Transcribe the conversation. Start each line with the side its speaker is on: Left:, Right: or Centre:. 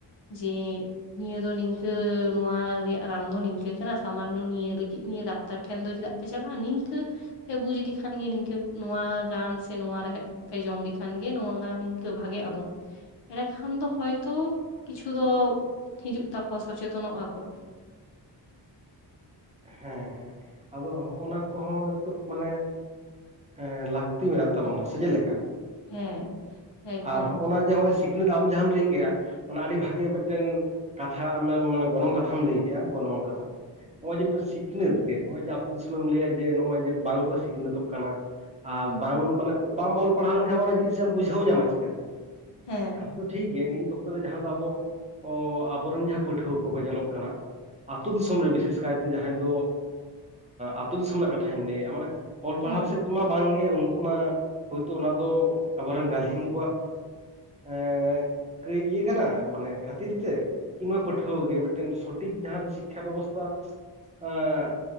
Left: ᱡᱮ ᱱᱤᱭᱟᱹ ᱫᱚ ᱱᱤᱝᱠᱟᱹ ᱱᱚᱶᱟ ᱨᱮᱭᱟᱜ ᱨᱟᱱ ᱫᱚ ᱱᱤᱝᱠᱟᱹ ᱠᱟᱱᱟ ᱥᱟᱢᱟᱱᱱᱚ ᱱᱤᱭᱟᱹ ᱞᱟᱹᱜᱤᱫ ᱱᱤᱭᱟᱹ ᱰᱟᱠᱛᱟᱨ ᱴᱷᱮᱱ ᱫᱚ ᱪᱮᱫᱟᱜ? ᱯᱮ ᱪᱟᱞᱟᱜᱼᱟ ᱱᱤᱝᱠᱟᱹ᱾ ᱯᱮ ᱵᱩᱡ ᱞᱮᱠᱷᱟᱱ ᱜᱮ ᱱᱤᱝᱠᱟᱹ ᱱᱚᱶᱟ ᱨᱟᱱ ᱥᱮ ᱱᱚᱶᱟ ᱨᱮᱦᱮᱫ ᱯᱮ ᱡᱚᱢ ᱞᱮᱠᱷᱟᱱ ᱜᱮ ᱱᱚᱶᱟ ᱜᱟᱱᱤᱝ ᱛᱚ ᱵᱷᱟᱜᱮᱜ ᱟᱵᱚᱱ᱾ ᱮᱸᱰᱮᱠᱷᱟᱱ ᱫᱚ ᱦᱚᱭᱛᱚ ᱠᱤᱪᱷᱩ ᱫᱚ ᱦᱤᱡᱩᱜ ᱛᱟᱠᱚᱣᱟ ᱥᱚᱪᱮᱛᱚᱱᱚᱜ ᱟᱠᱚ᱾
Right: ᱦᱮᱸ ᱦᱮᱸ ᱟᱫᱚ ᱦᱚᱜ ᱚᱱᱟ ᱠᱚᱦᱚᱸ ᱱᱤᱛᱚᱜ ᱢᱟᱱᱮ ᱦᱮᱸ ᱞᱟᱠᱛᱤ ᱢᱮᱱᱟᱜ ᱛᱟᱵᱚᱱᱟ ᱥᱮ ᱪᱮᱫ ᱞᱮᱠᱟ?
Left: ᱦᱮᱸ ᱮᱠᱫᱚᱢ
Right: ᱟᱨ ᱦᱚᱜᱼᱱᱟ ᱡᱮ ᱦᱚᱜᱼᱚᱭ ᱥᱤᱠᱷᱱᱟᱹᱛ ᱟᱢ ᱡᱟᱦᱟᱸᱢ ᱞᱟᱹᱭ ᱠᱮᱫ ᱟ ᱢᱟᱱᱮ ᱟᱹᱰᱤ ᱵᱷᱟᱜᱮ ᱢᱤᱫ ᱴᱮᱱ ᱠᱟᱛᱷᱟ ᱟᱢᱮᱢ ᱢᱟᱱᱮ ᱜᱚᱱᱚᱝ ᱠᱟᱛᱷᱟᱢ ᱞᱟᱹᱭ ᱠᱮᱫ ᱟ ᱜᱚᱱᱚᱝ ᱟᱱ ᱠᱟᱛᱷᱟ᱾ ᱱᱚᱜᱼᱚᱭ ᱡᱮ ᱢᱤᱫᱴᱮᱱ ᱥᱤᱠᱷᱱᱟᱹᱛ ᱜᱮ ᱱᱚᱜᱼᱚᱭ ᱡᱮ ᱟᱯᱮ ᱫᱤᱥᱚᱢ ᱮᱢ ᱞᱟᱹᱭᱟ ᱡᱮ ᱱᱚᱜᱼᱚᱭ ᱡᱮ ᱵᱟᱝ ᱠᱚ ᱥᱤᱠᱷᱱᱟᱹᱛᱚᱜ ᱠᱟᱱᱟ᱾ ᱟᱨ
Left: ᱦᱩᱸ
Right: ᱵᱟᱝ ᱢᱟᱱᱮ ᱵᱟᱢ ᱚᱞ ᱯᱟᱲᱦᱟᱣ ᱞᱮᱱᱠᱷᱟᱱ ᱚᱱᱟ ᱡᱤᱱᱤᱥ ᱮᱢ ᱵᱩᱡᱷᱟᱹᱣ ᱧᱟᱢᱟ ᱪᱤᱠᱟᱹᱛᱮ,
Left: ᱦᱮᱸ
Right: ᱠᱟᱛᱷᱟ ᱫᱚ ᱴᱷᱤᱠ ᱜᱮ ᱱᱤᱫ ᱚᱠᱛᱚ ᱨᱮ ᱡᱟᱦᱟᱸ ᱫᱚ ᱟᱵᱚ ᱟᱵᱚᱨᱮᱱ ᱡᱟᱦᱟᱸ ᱯᱟᱹᱴᱷᱩᱣᱟᱹ ᱠᱚᱠᱚ ᱧᱮᱞᱚᱜ ᱠᱟᱱᱟ᱾ ᱟᱛᱳ ᱫᱤᱥᱚᱢ ᱨᱮ ᱵᱤᱥᱮᱥ ᱠᱟᱭᱛᱮ ᱡᱟᱦᱟᱸᱭ ᱫᱚ ᱟᱛᱳ ᱫᱤᱥᱚᱢ ᱨᱮᱱᱟᱜ ᱠᱟᱛᱷᱟᱧ ᱞᱟᱹᱭᱮᱫᱼᱟ ᱢᱟᱱᱮ ᱚᱞ
Left: ᱦᱩᱸ
Right: ᱯᱟᱲᱦᱟᱣ ᱥᱮᱫ ᱛᱮ ᱢᱟ ᱵᱟᱝᱜᱮ ᱩᱱᱠᱩ ᱢᱟ ᱦᱳᱭᱛᱚ ᱚᱱᱟ ᱫᱚ ᱟᱵᱚᱨᱮᱱ ᱜᱟᱞᱦᱤᱢ ᱠᱚᱣᱟᱜ ᱮᱸ ᱠᱟᱹᱡ ᱤᱭᱟᱹ ᱠᱟᱱᱟ ᱢᱟᱱᱮ ᱠᱷᱟᱹᱛᱤᱨ ᱛᱮ᱾ ᱠᱤᱵᱟ ᱯᱟᱹᱴᱷᱣᱟᱹ ᱜᱮ ᱢᱤᱫᱴᱮᱱ ᱥᱚᱴᱷᱤᱠ ᱡᱟᱦᱟᱸ ᱫᱚ ᱥᱤᱠᱠᱷᱟ ᱵᱮᱵᱚᱥᱛᱷᱟ, ᱮᱸ